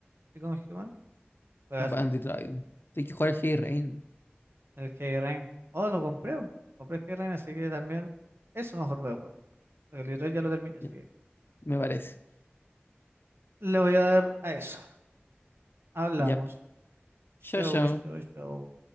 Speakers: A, on the right (about 70°); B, on the left (about 60°).
A: ¿Y cómo se llama? Juegazo.
B: Bandit Island. Hay que jugar Heavy Rain,
A: El Heavy Rain. Oh, lo compré. oh. Compré el Heavy Rain, así que también eso mejor voy a jugar. Porque el Detroit ya lo terminé, así
B: ya,
A: que
B: me parece.
A: le voy a dar a eso. Hablamos.
B: Ya.
A: Show,
B: Chao, chao.
A: show, show.